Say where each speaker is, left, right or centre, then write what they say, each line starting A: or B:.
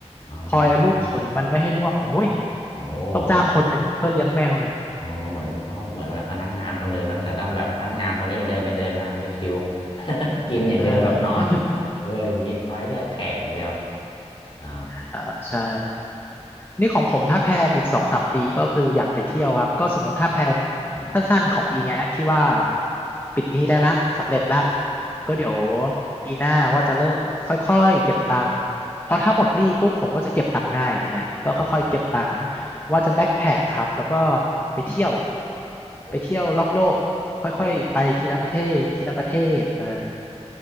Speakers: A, on the left; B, on the left.
A: อ๋อ
B: คอยลูบขนมันไม่ให้ร่วงโอ้ย
A: ใช่โอ้
B: ต้องจ้างคนหนึ่งเพื่อเลี้ยงแมวเลย
A: เนาะ อ๋อเหมือนเขาเหมือนแบบพนักงานคนหนึ่งเนอะแต่ต้องแบบพนักงานคนนี้เดินไปเดินมาชิวๆ <laughs> กินอย่างเดียวกับนอน
B: อ่า
A: <laughs> เลยอย่างนี้คอยเรียกแขกอย่างเดียวอ๋อ
B: <laughs> อ่าใช่ นี่ของผมถ้าแพลนอีกสองสามปีก็คืออยากไปเที่ยวครับก็สมมติถ้าแพลน
A: อือม
B: สั้นๆของปีเนี้ยที่ว่าปิดหนี้ได้ละสำเร็จละ
A: โอเค
B: ก็เดี๋ยวปีหน้าว่าจะเริ่มค่อยๆเก็บตังค์เพราะถ้าหมดหนี้ปุ๊บผมก็จะเก็บตังค์ง่ายทีเนี้ยก็ค่อยๆเก็บตังค์
A: อืม
B: ว่าจะแบ็คแพคครับแล้วก็ไปเที่ยว
A: โอ้
B: ไปเที่ยวรอบโลกค่อยๆไปทีละประเทศทีละประเทศเออ
A: โอ้